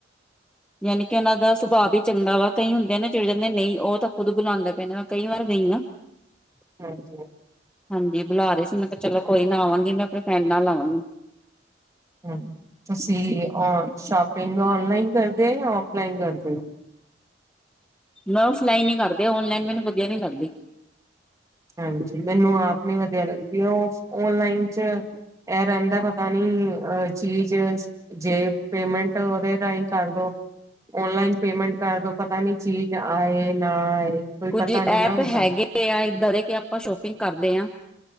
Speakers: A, in the centre; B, on the right.
A: ਯਾਨੀ ਕਿ ਉਹਨਾਂ ਦਾ ਸੁਭਾਅ ਵੀ ਚੰਗਾ ਵਾ ਕਈ ਹੁੰਦੇ ਆਂ ਨਾ ਚਿੜ ਜਾਂਦੇ ਨਹੀਂ ਉਹ ਤਾਂ ਖੁਦ ਬੁਲਾਉਂਦੇ ਪਏ ਨੇ ਮੈਂ ਕਈ ਵਾਰ ਗਈ ਹਾਂ
B: ਹਾਂਜੀ।
A: ਹਾਂਜੀ ਬੁਲਾ ਰੇ ਸੀ ਮੈਂ ਕਿਹਾ ਚਲੋ ਕੋਈ ਨਾ ਆਵਾਂਗੀ ਮੈਂ ਆਪਣੀ ਭੈਣ ਨਾਲ ਆਵਾਂਗੀ
B: ਹਮ ਤੁਸੀਂ ਔ ਸ਼ਾਪਿੰਗ ਔਨਲਾਈਨ ਕਰਦੇ ਹੋ ਯਾਂ ਆ ਫਲਾਇਨ ਕਰਦੇ ਹੋ
A: ਮੈ ਆਫਲਾਈਨ ਹੀ ਕਰਦੇ ਔਨਲਾਈਨ ਮੈਨੂੰ ਵਧੀਆ ਨਹੀਂੀ ਲੱਗਦੀ
B: ਹਾਂਜੀ ਮੈਨੂੰ ਆਪ ਨੀ ਵਧੀਆ ਲੱਗਦੀ ਉਹ ਓਨਲਾਈਨ ਚ ਇਹ ਰਹਿੰਦਾ ਪਤਾ ਨੀ ਚੀਜ਼ ਜੇ ਪੇਮੈਂਟ ਓਦੇ ਰਾਹੀਂ ਕਰਦੋ ਓਨਲਾਈਨ ਪੇਮੈਂਟ ਕਰਦੋ ਪਤਾ ਨੀ ਚੀਜ਼ ਆਏ ਨਾ ਆਏ ਕੋਈ
A: ਕੁੱਝ
B: ਪਤਾ ਨੀ
A: ਐਪ
B: ਨਾ ਹੁੰਦਾ
A: ਹੈਗੇ ਆ ਏਦਾ ਦੇ ਕਿ ਆਪਾਂ ਸ਼ੋਪਿੰਗ ਕਰਦੇ ਹਾਂ